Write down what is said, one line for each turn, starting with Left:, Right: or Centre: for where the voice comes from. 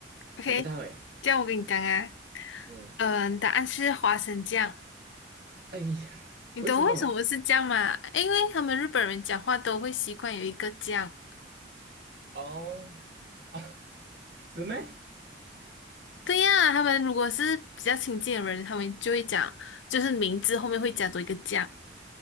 Left: ，OK，
Right: 想不到诶，
Left: 这样我跟你讲啊，
Right: 嗯，
Left: 嗯，答案是花生酱。
Right: 哎呀，
Left: 你懂为什么是这样吗？
Right: 为什么？
Left: 因为他们日本人讲话都会习惯有一个这样。
Right: 哦，<laughs> 是咩？
Left: 对呀，他们如果是比较亲近的人，他们就会讲，就是名字后面会加多一个这样。